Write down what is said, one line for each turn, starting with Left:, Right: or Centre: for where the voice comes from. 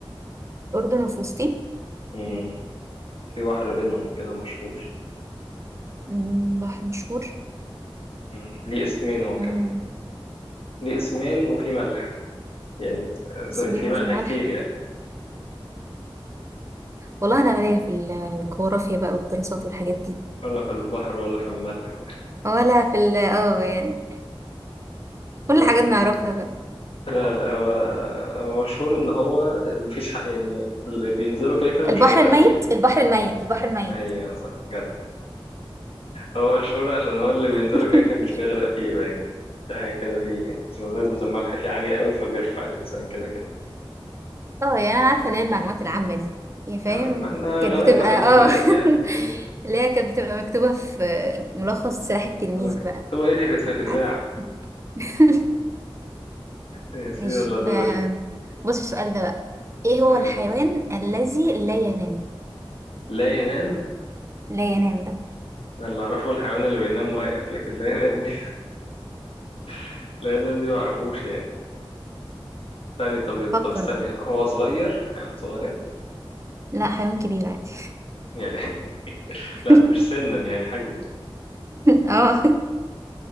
Right: أردن وفلسطين
Left: مم. في بحر بينهم كده مشهور
Right: مم، بحر مشهور
Left: مم. ليه اسمين هو
Right: مم،
Left: كمان ليه اسمين وفي ملح يعني آه، سوري
Right: اسمين
Left: في
Right: وفي
Left: ملح
Right: ملح
Left: كتير يعني
Right: والله أنا مالية في الجغرافيا بقى والدراسات والحاجات دي
Left: ولا في البحر ولا في الملح
Right: ولا في ال اه يعني كل
Left: بس
Right: حاجة بنعرفها
Left: ده-
Right: بقى
Left: لا لا هو هو مشهور إن هو مفيش حق يعني اللي بينزلوا كده كده
Right: البحر
Left: مش هيغرق
Right: الميت
Left: فيه
Right: البحر الميت البحر الميت
Left: أيوة صح جدع هو شهور عشان هو اللي بينزله
Right: <laughs>
Left: كده كده مش بيغرق فيه باين ده حاجة كده فيه يعني عشان نسبة الملح فيه عالية قوي فبيرفع الإنسان كده كده
Right: اه يعني انا عارفة اللي هي المعلومات العامة دي يا فاهم
Left: اه ما احنا
Right: كانت
Left: غلابة
Right: بتبقى
Left: خلي
Right: اه
Left: بالك يعني
Right: <laughs>
Left: يعني
Right: اللي هي كانت بتبقى مكتوبة في ملخص سلاح التلميذ
Left: أوكي.
Right: بقى
Left: مكتوبة ايه دي في
Right: آه،
Left: الإذاعة
Right: عارفة <laughs>
Left: يا سيدي
Right: ماشي
Left: الله دور
Right: آم، بص السؤال ده بقى ايه هو
Left: آه.
Right: الحيوان الذي لا ينام
Left: لا ينام
Right: لا ينام بقى
Left: أنا اللي أعرفه الحيوان اللي بينام واقف لكن لا ينام دي <laughs> لا ينام دي معرفوش يعني تاني طب
Right: فكر
Left: طب استني
Right: بقى
Left: هو صغير حيوان صغير
Right: لا حيوان كبير عادي
Left: يعني <laughs>
Right: <laughs>
Left: لا مش سنا يعني حجما
Right: اه